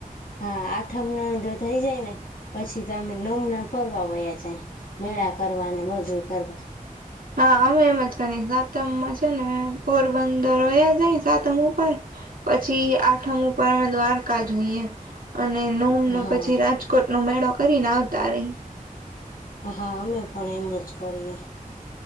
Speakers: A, on the left; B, on the right.
A: હા આઠમ ના જો થઇ જાય ને પછી તો અમે નોમ ના ફરવા વયા જાય મેળા કરવા ને બધું કરવા
B: હા અમે એમ જ કરી સાતમમાં છે, ને પોરબંદર હોયા જાય સાતમ ઉપર પછી આઠમ ઉપર અમે દ્વારકા જોઈએ અને નો ન
A: હા
B: પછી રાજકોટ નો મેળો કરીને આવતા રહી
A: હા અમે પણ એમ જ કરીએ